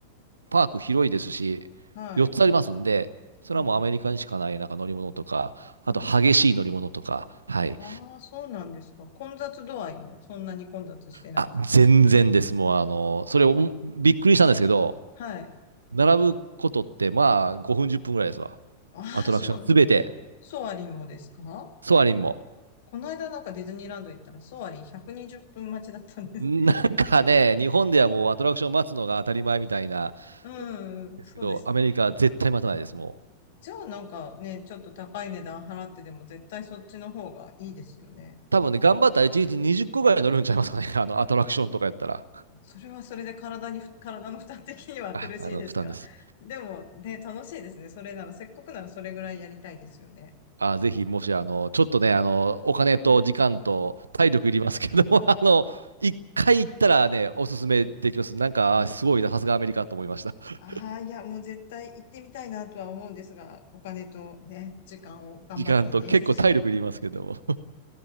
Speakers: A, on the right (about 75°); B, on the left (about 55°).
A: パーク広いですし、
B: はい。
A: 4つありますんで、それはもうアメリカにしかないなんか乗り物とか、
B: うん、
A: あと激しい乗り物とか、
B: うん。うん
A: はい。
B: ああそうなんですか。混雑度合いも、そんなに混雑してないかな
A: あ、全然です。もうあの、それをもびっくりしたんですけど、
B: はい。
A: 並ぶことってまあ5分10分ぐらいですわ。
B: ああ、
A: アトラクションすべて、
B: そう、うんえ、ソアリンもですか
A: ソアリンも。
B: この間なんかディズニーランド行ったら、ソアリン120分待ちだったんです。
A: なんかね、日本ではもうアトラクション待つのが当たり前みたいな、
B: <laughs> うん、
A: ですけど、
B: そうですね。
A: アメリカは絶対待たないです、もう。
B: じゃあなんかね、ちょっと高い値段払ってでも絶対そっちの方がいいですよね。
A: 多分ね、頑張ったら1日20個ぐらい乗るんちゃいますかね、あの、アトラクションとかやったら。
B: それはそれで体に、体の負担的には苦しいですが。
A: あ、あの、負担です。
B: でもね、楽しいですね。それなら、せっかくならそれぐらいやりたいですよね。
A: あー、ぜひ、もし、あの、ちょっとね、あの、お金と時間と体力いりますけども、<laughs> あの、一回行ったらね、おすすめできます。なんか、あーすごいな、さすがアメリカと思いました。<laughs>
B: ああ、いや、もう絶対行ってみたいなとは思うんですが、お金とね、時間を頑張って捻出しないと。
A: 時間と、結構体力いりますけども。